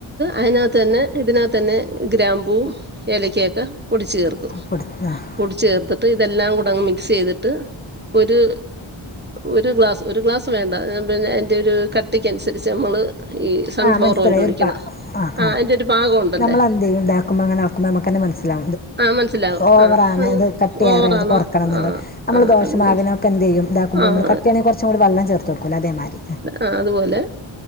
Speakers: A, on the right; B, on the left.
A: അതിനകത്ത് തന്നെ ഇതിനകത്തന്നെ ഗ്രാമ്പൂവും എലക്കയൊക്കെ പൊടിച്ച് ചേർക്കും
B: <unintelligible>
A: കുടിചേർത്തിട്ട് ഇതെല്ലാം കൂടെങ്ങ് മിക്സ്യ്തിട്ട് ഒരു ഒരു ഗ്ലാസ് ഒരു ഗ്ലാസ് വേണ്ട പിന്നെ അയ്ന്റെ ഒരു കട്ടിക്കഅനുസരിച്ച് നമ്മള് ഈ സൺഫ്ലവർ
B: ആ മനസ്സിലായി
A: ഓയിൽ ഒഴിക്കണം
B: ഒരു പ ആഹ
A: ആഹ്
B: ആഹ
A: അതിന്റെ ഒരു പാകം ഉണ്ടല്ലേ
B: നമ്മൾെന്തയ്യ ഉണ്ടാക്കുമ്പോൾ അങ്ങനെക്കുമ്പോ നമുക്കന്നെ മനസ്സില
A: ആഹ് മനസ്സിലാവും
B: ഓവറണ്
A: ആഹ്
B: ഇത് കട്ട് യ്യറാണ്ത്
A: ഓവറാണോ
B: കൊറക്കണം എന്നുള്ളത്
A: ആഹ്
B: നമ്മള്
A: ആഹ്
B: ദോഷമാവിനോ
A: അതിന്
B: എന്ത്‌യ്യും ഇതാക്കുമ്പോ
A: ആഹ്
B: നമ്മ കട്ടിയണെങ്ക കുറച്ച കൂടി വള്ളം ചേർത്ത്ടുക്കല്ല അതേമാരി
A: ആഹ അതുപോലെ